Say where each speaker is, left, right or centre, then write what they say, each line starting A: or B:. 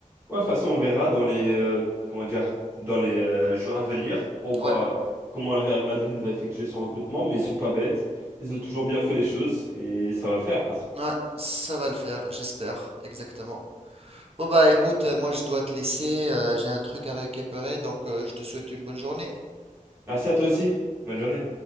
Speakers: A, on the right; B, on the right.
A: Ouais, de toute façon, on verra dans les, euh, comment dire, dans les euh, jours à venir pour voir
B: Ouais,
A: euh, comment le Real Madrid va effectuer son recrutement, mais ils sont pas bêtes. Ils ont toujours bien fait les choses et ça va le faire, de toute façon.
B: ouais, ça va le faire, j'espère, exactement. Bon bah écoute, euh, moi je dois te laisser, euh, j'ai un truc à récupérer, donc euh, je te souhaite une bonne journée.
A: Merci à toi aussi. Bonne journée.